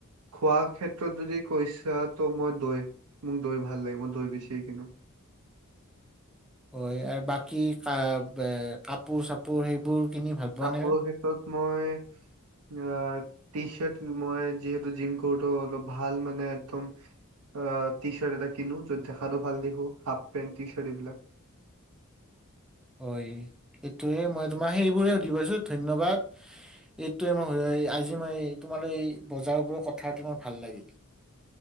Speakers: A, on the right (about 85°); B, in the centre.
A: খোৱা ক্ষেত্ৰত যদি কৈছা, ত' মই দৈ, মোক দৈ ভাল লাগে, মই দৈ বেছিকে কিনো।
B: হয় আৰু বাকী কা-কাপোৰ চাপোৰ সেইবোৰ কিনি ভাল পোৱা
A: কাপোৰৰ
B: নে
A: ক্ষেত্ৰত মই অ', টি চাৰ্ট, মই যিহেতু জিম কৰো, ত' অলপ ভাল মানে একদম অ', টি চাৰ্ট এটা কিনো, য'ত দেখাটো ভাল দেখো, হাফ পেণ্ট, টি চাৰ্ট এইবিলাক।
B: হয়, সেইটোৱেই, মই তোমাক সেইবোৰে সুধি পাইছোঁ, ধন্যবাদ। এইটোৱেই মই, আজি মই, তোমাৰ এই বজাৰবোৰৰ কথাতো মোৰ ভাল লাগিল।